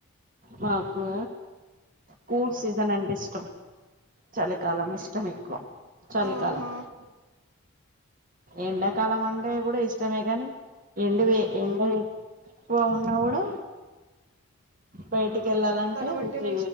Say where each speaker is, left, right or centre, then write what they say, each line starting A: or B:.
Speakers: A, on the right; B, on the right.
A: మాకు కూల్ సీజన్ అంటే ఇష్టం చలికాలం ఇష్టం ఎక్కువ చలికాలం
B: ఆహా
A: ఎండాకాలం అంటే కూడా ఇష్టమే కానీ ఎండవే ఎండ ఎక్కువ ఉన్నా కూడా బయటిక్ వెళ్ళాలంటే
B: తలం అంటేనే
A: ఊక్కే